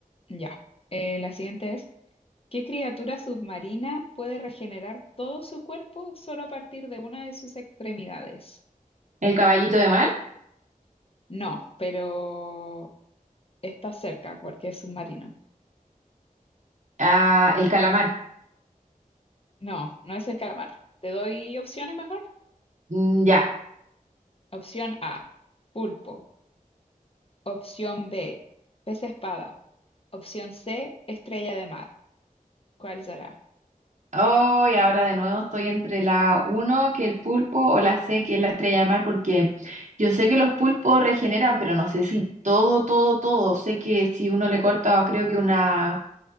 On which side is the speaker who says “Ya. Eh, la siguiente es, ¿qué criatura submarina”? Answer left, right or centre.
Left